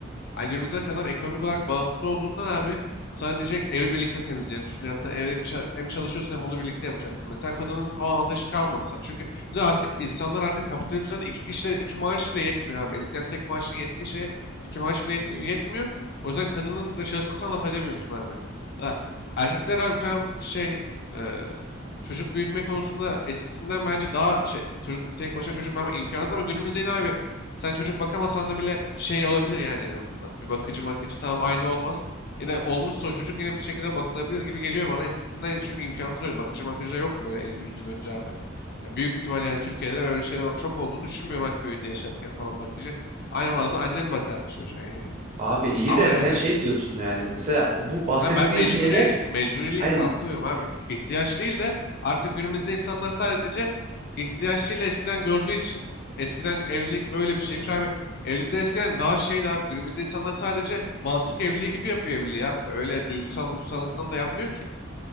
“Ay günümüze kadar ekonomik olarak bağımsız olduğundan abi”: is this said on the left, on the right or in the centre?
Left